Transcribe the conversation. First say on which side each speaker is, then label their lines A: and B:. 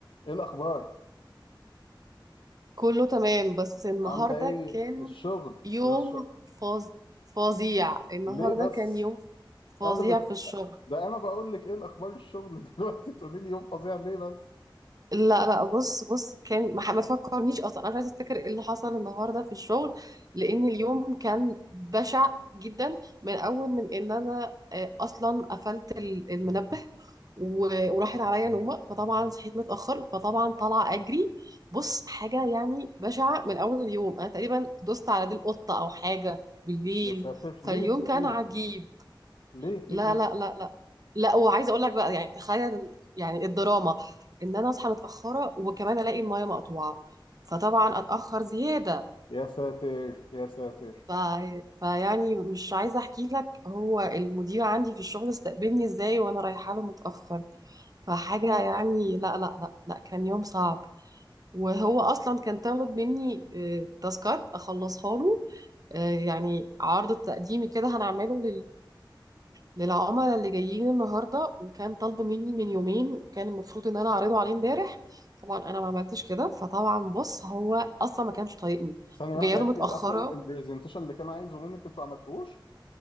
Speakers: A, on the left; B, on the right.
A: ايه الاخبار
B: كله تمام بس النهارده
A: عامله ايه
B: كان
A: الشغل
B: يوم
A: الش...
B: فظ... فظيع النهارده
A: ليه بس
B: كان يوم فظيع
A: انا بت...
B: في الشغل
A: ده انا بقول لك ايه الاخبار الشغل <laughs> دلوقتي تقولي لي يوم فظيع ليه بس
B: لا لا بص بص كان ما ح- ما تفكرنيش اصلا انا مش عايزه افتكر ايه اللي حصل النهارده في الشغل لان اليوم كان بشع جدا من اول من ان انا آه، اصلا قفلت ال- المنبه و- وراحت عليا نومه فطبعا صحيت متاخر فطبعا طالعه اجري بص حاجه يعني بشعه من اول اليوم انا تقريبا دوست على دي القطه او حاجه بالليل
A: يا ساتر
B: فاليوم
A: ليه في
B: كان
A: ايه
B: عجيب
A: ليه في
B: لا
A: ايه
B: لا لا لا لا وعايزه اقول لك بقى يعني تخيل ال- يعني الدراما ان انا اصحى متاخره وكمان الاقي المايه مقطوعه فطبعا اتاخر زياده
A: يا ساتر يا ساتر
B: ف... فيعني مش عايزه احكي لك هو المدير عندي في الشغل استقبلني ازاي وانا رايحه له متاخر فحاجه يعني لا لا لا لا كان يوم صعب وهو اصلا كان طالب مني آه، تاسكات اخلصها له آه، يعني عرض تقديمي كده هنعمله للعملاء اللي جايين النهارده وكان طالبه مني من يومين كان المفروض ان انا اعرضه عليه امبارح طبعا انا ما عملتش كده فطبعا بص هو اصلا ما كانش طايقني
A: ثانيه
B: وجايه
A: واحده
B: له
A: انت
B: متاخره
A: اصلا البرزنتيشن اللي كان عايزه منك انتوا ما عملتوهوش